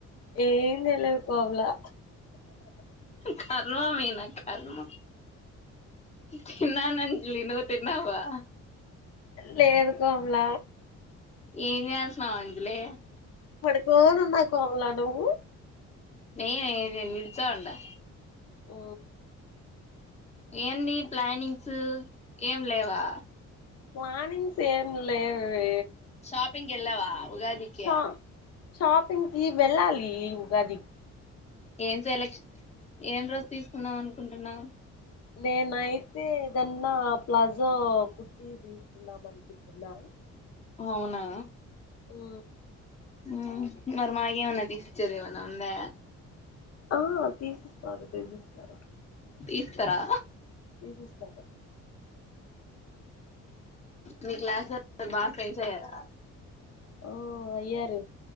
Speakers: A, on the left (about 55°); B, on the left (about 20°).
A: చర్ లా
B: కర్మ మే నా కర్మ తిన్నాను అంజలి నువ్వు తిన్నావా
A: లేదు కోమల
B: ఏం చేస్తున్నావ్ అంజలి
A: పడుకోనున్నా కోమలా నువ్వు
B: నేనే నేన్ నిల్చో ఉండా
A: మ్
B: ఏంది ప్లానింగ్సు ఏం లేవా
A: ప్లానింగ్స్ ఏం లేవే
B: షాపింగ్ కి వెళ్ళావా ఉగాది కి
A: షా షాపింగ్ కి వెళ్ళాలి ఉగాదికి
B: ఏం సైలక్ష ఏం డ్రెస్ తీసుకున్నాం అనుకుంటున్నావు
A: నేనయితే ఏదన్నా ప్లాజో కుర్తి తీసుకుందాం అనుకుంటున్నా
B: అవునా
A: మ్
B: మ్ మర్ మాగేమన్నా తీసిచేదేమన్న ఉందా
A: ఆ తీసిస్తారు తీసిస్తారు
B: ఇస్తరా
A: తీసి ఇస్తారా
B: మీ క్లాసోళ్ళు నా బాగా ఫ్రెండ్స్ అయ్యారు
A: ఆ అయ్యారు